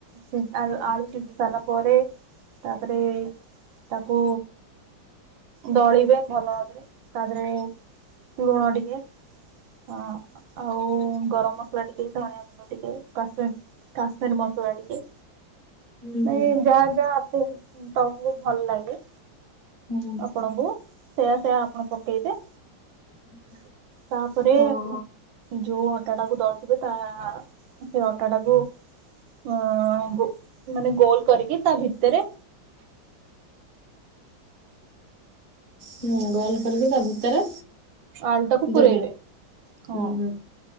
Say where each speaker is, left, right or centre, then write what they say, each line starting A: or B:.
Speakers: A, on the right (about 75°); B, on the right (about 30°).
A: ସି ଆଳୁ ଆଳୁ ସିଝି ସାରିଲା ପରେ ତାପରେ ତାକୁ ଦଳିବେ ଭଲ ଭାବରେ ତା ଦେହରେ ଲୁଣ ଟିକେ ହ ଆଉ ଗରମ ମସଲା ଟିକେ ଧଣିିଆ ଗୁଣ୍ଡ ଟିକେ କାଶମି କାଶ୍ ସ୍ମିର ମସଲା ଟିକେ
B: ହୁଁ ହୁଁ
A: ମାନେ ଯାହା ଯାହା ଆପ ତମକୁ ଭଲ ଲାଗେ।
B: ହୁଁ
A: ଆପଣଙ୍କୁ ସେୟା ସେୟା ଆପଣ ପକେଇବେ।
B: <inaudible>
A: ତାପରେ
B: ଓହୋ
A: ଯୋଉ ଅଟାଟାକୁ ଦଳିଥିବେ ତା ସେ ଅଟାଟାକୁ ଅ ଗୋ ମାନେ ଗୋଲ କରିକି ତା ଭିତରେ
B: ହୁଁ ଗଲ କରିକି ତା ଭିତରେ
A: ଆଳୁ ଟାକୁ ପୁରେଇବେ
B: ଦେବେ।
A: ହଁ।
B: ହୁଁ ହୁଁ।